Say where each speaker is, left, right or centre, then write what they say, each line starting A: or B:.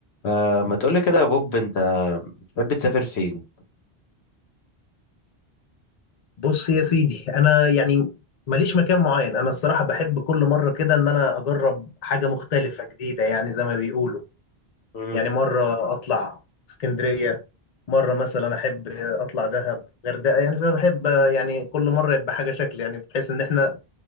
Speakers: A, on the left; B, on the left.
A: آه ما تقولي كده يا بوب انت بتحب تسافر فين
B: بص يا سيدي انا يعني ماليش مكان معين انا الصراحه بحب كل مره كده ان انا اجرب حاجه مختلفه جديده يعني زي ما بيقولوا
A: مم.
B: يعني مره اطلع اسكندريه مره مثلا احب اطلع دهب غردقه يعني فبحب يعني كل مره يبقى حاجه شكل يعني بحيث ان احنا